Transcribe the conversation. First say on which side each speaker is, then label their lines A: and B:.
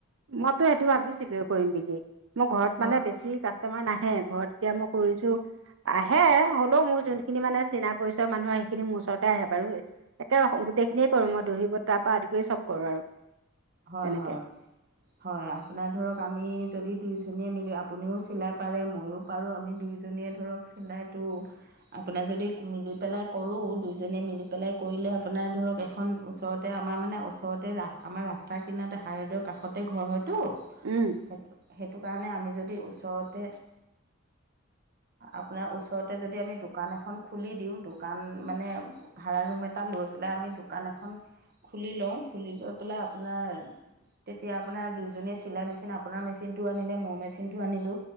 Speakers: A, on the right; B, on the right.
A: মইতো এইটো ভাবিছিলোে কৰিম বুলি মোৰ ঘৰত
B: হয়
A: মানে বেছি কাষ্টমাৰ নাহে ঘৰত এতিয়া মই কৰিছো আহে হ'লেও মোৰ যোনখিনি মানে চিনা পৰিচয় মানুহ সেইখিনি মোৰ ওচৰতে আহে বাৰু একে গোটেই খিনি কৰো মই দহি বতাৰ পৰা আদি কৰি চব কৰো আৰু।
B: হয়
A: তেনেকে
B: - হয়- হয় আপোনাৰ ধৰক আমি আমি যদি দুইজনীয়ে মিলি আপুনিও চিলাই পাৰে ময়ো পাৰোঁ আমি দুইজনীয়ে ধৰক চিলাইটো আপোনাৰ যদি মিলি পেলাই কৰোঁ, দুইজনীয়ে মিলি পেলাই কৰিলে আপোনাৰ ধৰক এখন ওচৰতে আমাৰ মানে ওচৰতে ৰা আমাৰ ৰাচ স্তাট কিনাতে হাইৰদৰ কাষতে ঘৰ হয়তো
A: উম
B: সেইটো সেইটো কাৰণে আমি যদি ওচৰতে আপোনাৰ ওচৰতে যদি আমি দোকান এখন খুলি দিওঁ দোকান মানে ভাড়া ৰুম এটা লৈ পেলাই আমি দোকান এখন খুলি লওঁ খুলি লৈ পেলাই আপোনাৰ তেতিয়া আপোনাৰ দুইজনীয়ে চিলাই -মেচিন আপোনাৰ মেচিনটো আনিলে মোৰ মেচিনটো আনিলোঁ